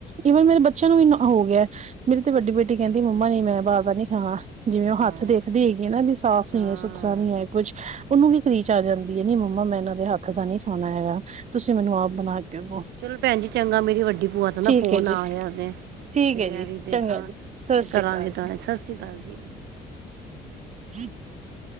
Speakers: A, on the right; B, on the right.
A: ਈਵਨ ਮੇਰੇ ਬੱਚਿਆਂ ਨੂੰ ਵੀ ਹੋ ਗਿਆ ਮੇਰੀ ਤੇ ਵੱਡੀ ਬੇਟੀ ਕਹਿੰਦੀ ਮੰਮਾ ਨੀ ਮੈਂ ਬਾਹਰ ਦਾ ਨੀ ਖਾਵਾਂ। ਜਿਵੇਂ ਉਹ
B: ਹਾਂ
A: ਹੱਥ ਦੇਖਦੇ ਹੈਗੇ ਆ ਨਾ ਵੀ ਸਾਫ਼
B: ਹਾਂ
A: ਨੀ ਹੈ ਸੁਥਰਾ ਨੀ ਹੈ ਕੁੱਛ ਉਹਨੂੰ ਵੀ ਕੀਚ ਆ ਜਾਂਦੀ ਹੈ ਨੀ ਮੰਮਾ ਮੈਂ ਇਹਨਾਂ ਦੇ ਹੱਥ ਦਾ ਨੀ ਖਾਣਾ ਹੈਗਾ ਤੁਸੀਂ। ਮੈਨੂੰ ਆਪ ਬਣਾ ਕੇ ਦੋ
B: ਚਲੋ ਭੈਣ ਜੀ ਚੰਗਾ ਮੇਰੀ ਵੱਡੀ ਭੂਆ ਤੇ ਨਾ
A: ਠੀਕ
B: ਫੋਨ
A: ਹੈ ਜੀ
B: ਆ ਲਿਆ ਤੇ
A: ਠੀਕ
B: ਤੇ
A: ਹੈ
B: ਲਿਆ
A: ਜੀ
B: ਵੀ ਦੇਖਾਂ
A: ਚੰਗਾ ਜੀ ਸਤਿ
B: ਤੇ
A: ਸ੍ਰੀ
B: ਕਰਾਂਗੇ
A: ਅਕਾਲ
B: ਤਾਂ
A: ਜੀ
B: ਸਤਿ ਸ੍ਰੀ ਅਕਾਲ ਜੀ।
A: <inaudible>